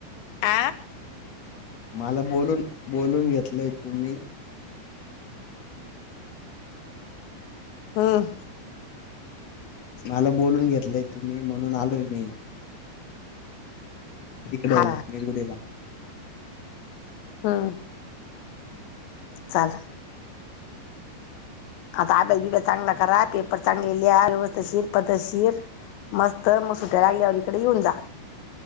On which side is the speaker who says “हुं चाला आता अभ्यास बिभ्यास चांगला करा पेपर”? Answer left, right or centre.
Left